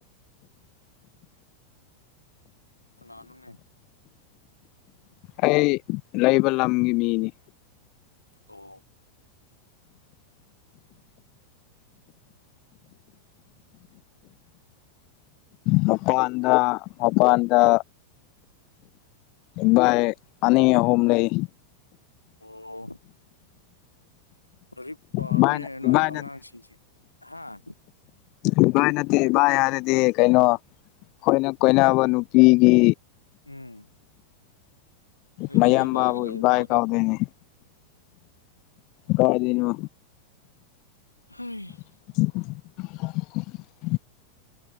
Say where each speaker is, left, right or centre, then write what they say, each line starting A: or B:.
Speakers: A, on the left; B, on the left.
A: ꯀꯅꯅꯣꯅꯦ
B: ꯑꯩ ꯂꯩꯕ ꯂꯝꯒꯤ ꯃꯤꯅꯤ
A: ꯑꯣ
B: ꯃꯄꯥꯟꯗ ꯃꯄꯥꯟꯗ ꯚꯥꯏ ꯑꯅꯤ ꯑꯍꯨꯝ ꯂꯩ
A: ꯑꯣ ꯂꯥꯏꯔꯤꯛ ꯄꯥꯔꯣꯅꯦ
B: ꯏꯕꯥꯏꯅ
A: ꯅꯣꯏ
B: ꯏꯕꯥꯏ
A: ꯑꯉꯥꯡꯁꯤꯡꯁꯦ ꯍꯥꯥ
B: ꯢꯚꯥꯏ ꯅꯠꯇꯦ ꯢꯚꯥꯏ ꯍꯥꯏꯔꯦꯗꯤ ꯀꯩꯅꯣ ꯑꯩꯈꯣꯏꯅ ꯀꯣꯏꯅꯕ ꯅꯨꯄꯤꯒꯤ
A: ꯎꯝ ꯑꯩꯗꯤ
B: ꯃꯌꯥꯝ
A: ꯅꯚꯏꯒ
B: ꯕꯥꯕꯨ
A: ꯂꯩꯕ꯭ꯔꯥꯅ
B: ꯏꯕꯥꯏ ꯀꯥꯎꯗꯣꯏꯅꯦ ꯀꯥꯗꯥꯢꯗꯩꯅꯣ
A: ꯍꯣꯏ <inaudible>
B: <unintelligible>